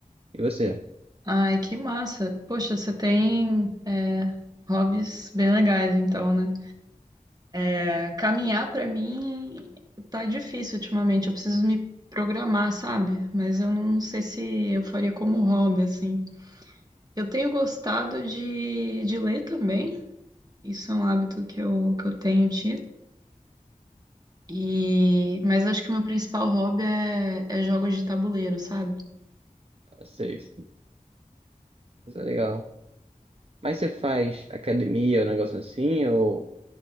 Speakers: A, on the right; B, on the right.
A: E você?
B: Ai, que massa. Poxa, você tem é, hobbies bem legais, então, né? É, caminhar pra mim tá difícil ultimamente. Eu preciso me programar, sabe? Mas eu não sei se eu faria como hobby, assim. Eu tenho gostado de, de ler também. Isso é um hábito que eu, que eu tenho tido. E... Mas acho que o meu principal hobby é, é jogos de tabuleiro, sabe?
A: Vocês? Isso é legal. Mas você faz academia, um negócio assim? Ou,